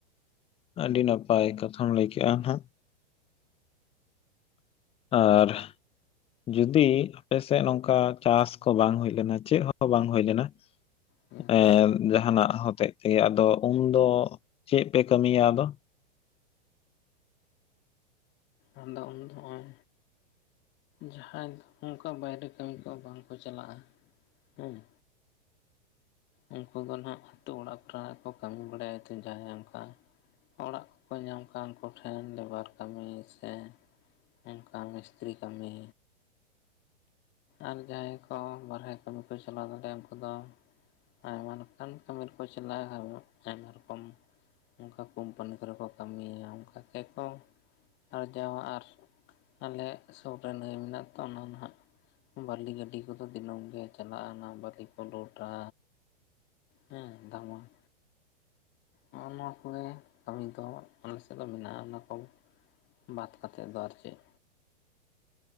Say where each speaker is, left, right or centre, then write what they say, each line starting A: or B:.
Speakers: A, on the left (about 20°); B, on the left (about 35°).
A: ᱾ ᱟᱹᱰᱤ ᱱᱟᱯᱟᱭ ᱠᱟᱛᱷᱟᱢ ᱞᱟᱹᱭ ᱠᱮᱜᱼᱟ ᱱᱟᱜ ᱾ ᱟᱨ ᱡᱚᱫᱤ ᱟᱯᱮ ᱥᱮᱫ ᱱᱚᱝᱠᱟ ᱪᱟᱥ ᱠᱚ ᱵᱟᱝ ᱦᱩᱭᱳᱭ ᱞᱮᱱᱟ ᱾ ᱪᱮᱫ ᱦᱚᱸ ᱵᱟᱝ ᱦᱩᱭᱳᱭ ᱞᱮᱱᱟ ᱾
B: ᱦᱮᱸ
A: ᱮ ᱡᱟᱦᱟᱱᱟᱜ ᱦᱚᱛᱮᱡ ᱛᱮᱜᱮ ᱟᱫᱚ ᱩᱱᱫᱚ ᱪᱮᱫ ᱯᱮ ᱠᱟᱹᱢᱤᱭᱟ ᱟᱫᱚ?
B: ᱟᱫᱚ ᱩᱱ ᱫᱚ ᱦᱚᱸᱜᱼᱚᱭ ᱡᱟᱦᱟᱸᱭ ᱫᱚ ᱚᱝᱠᱟ ᱵᱟᱭᱨᱮ ᱠᱟᱹᱢᱤ ᱠᱚ ᱵᱟᱝ ᱠᱚ ᱪᱟᱞᱟᱜᱼᱟ ᱦᱮᱸ ᱾ ᱩᱱᱠᱩ ᱫᱚ ᱱᱷᱟᱜ ᱟᱛᱳ ᱚᱲᱟᱜ ᱠᱚᱨᱮ ᱱᱟᱜ ᱠᱚ ᱠᱟᱹᱢᱤ ᱵᱟᱲᱟᱭᱟ᱾ ᱡᱟᱦᱟᱸᱭ ᱚᱱᱠᱟ ᱚᱲᱟᱜ ᱠᱚᱠᱚ ᱧᱟᱢ ᱟᱠᱟᱱ ᱩᱱᱠᱩ ᱴᱷᱮᱱ ᱞᱮᱵᱟᱨ ᱠᱟᱹᱢᱤ᱾ ᱥᱮ ᱚᱱᱠᱟ ᱢᱤᱥᱛᱨᱤ ᱠᱟᱹᱢᱤ᱾ ᱟᱨ ᱡᱟᱦᱟᱸᱭ ᱠᱚ ᱵᱟᱦᱨᱮ ᱠᱟᱹᱢᱤ ᱠᱚ ᱪᱟᱞᱟᱣ ᱫᱟᱲᱮᱭᱟᱜᱼᱟ ᱩᱱᱠᱩ ᱫᱚ ᱟᱭᱢᱟ ᱞᱮᱠᱟᱱ ᱠᱟᱹᱢᱤ ᱨᱮ ᱠᱚ ᱪᱟᱞᱟᱜᱼᱟ ᱟᱭᱢᱟ ᱨᱚᱠᱚᱢ ᱚᱱᱠᱟ ᱠᱳᱢᱯᱟᱱᱤ ᱠᱚᱨᱮ ᱠᱚ ᱠᱟᱹᱢᱤᱭᱟ ᱚᱱᱠᱟ ᱜᱮᱠᱚ ᱟᱨᱡᱟᱣᱟ ᱟᱨ ᱟᱞᱮ ᱥᱩᱨ ᱨᱮ ᱱᱟᱹᱭ ᱢᱮᱱᱟᱜᱼᱟ ᱛᱚ ᱚᱱᱟ ᱱᱟᱦᱟᱜ ᱵᱟᱹᱞᱤ ᱜᱟᱹᱰᱤ ᱠᱚᱫᱚ ᱫᱤᱱᱟᱹᱢ ᱜᱮ ᱪᱟᱞᱟᱜᱼᱟ᱾ ᱚᱱᱟ ᱵᱟᱹᱞᱤ ᱠᱚ ᱞᱳᱰᱟ, ᱦᱮᱸ ᱫᱟᱢᱟ ᱦᱚᱜᱼᱚ ᱱᱚᱣᱟ ᱠᱚᱜᱮ ᱠᱟᱹᱢᱤ ᱫᱚ ᱟᱞᱮ ᱥᱮᱫ ᱫᱚ ᱢᱮᱱᱟᱜᱼᱟ ᱚᱱᱟ ᱠᱚ ᱾ ᱵᱟᱫ ᱠᱟᱛᱮᱜ ᱫᱚ ᱟᱨ ᱪᱮᱫ?